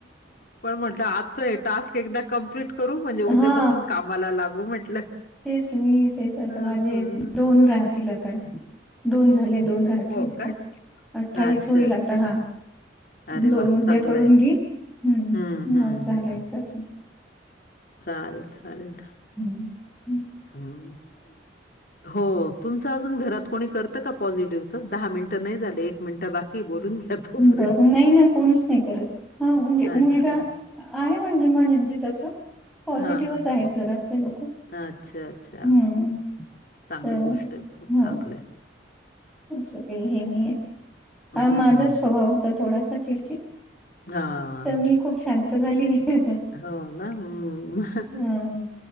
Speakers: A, on the left; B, in the centre.
A: पण म्हटलं आजच हे टास्क एकदा कमप्लीट करू म्हणजे उद्यापासून
B: हा
A: कामाला लागू म्हटलं.
B: तेच मी आता
A: असं.
B: माझे दोन राहतील आता दोन झालेत. दोन राहतील
A: हो का?
B: अठ्ठा अठ्ठावीस
A: अच्छा,
B: होईल
A: अच्छा.
B: आता हां
A: अरे
B: दोन
A: वाह!
B: उद्या
A: चांगलं
B: करून
A: आहे.
B: देईल हम्म
A: हं, हं,
B: मग झालं
A: हं.
B: एकदाचं.
A: चालेल चालेल.
B: हम्म.
A: हम्म. हो तुमचं अजून घरात कोणी करतं का पॉझिटिव्हचं दहा मिनिटं नाही झाले एक मिनिटं बाकी बोलून घ्या तोपर्यंत.
B: बरं नाही ना कोणीच नाही करत हा म्हणजे
A: अच्छा.
B: मुलगा आहे म्हण म्हणजे तसं. पॉझिटिव्हच
A: हां, हां, हां.
B: आहेत घरातले लोकं
A: अच्छा, अच्छा.
B: हम्म.
A: चांगली
B: तर
A: गोष्टय, खूप
B: हो
A: चांगलाय.
B: असं काही हे नाहीहे. हा
A: हं.
B: माझाच स्वभाव होता थोडासा चिडचिड.
A: हां.
B: तर मी खूप शांत झालीय.
A: हो ना. हं.
B: हा